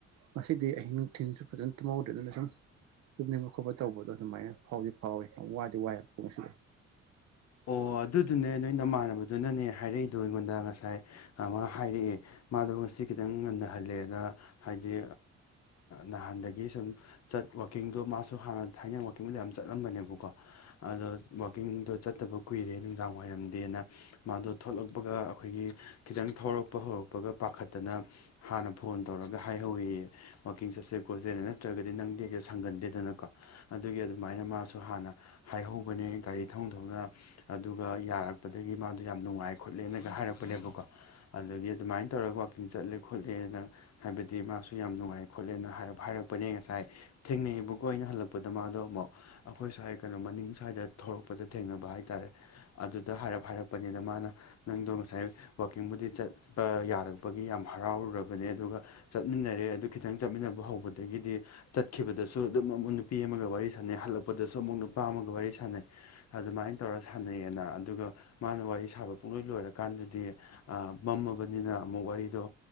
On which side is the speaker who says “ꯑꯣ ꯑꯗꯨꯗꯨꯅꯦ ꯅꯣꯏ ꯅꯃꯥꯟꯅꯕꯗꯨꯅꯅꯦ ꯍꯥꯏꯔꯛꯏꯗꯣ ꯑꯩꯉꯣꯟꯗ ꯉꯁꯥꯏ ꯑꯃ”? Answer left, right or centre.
Left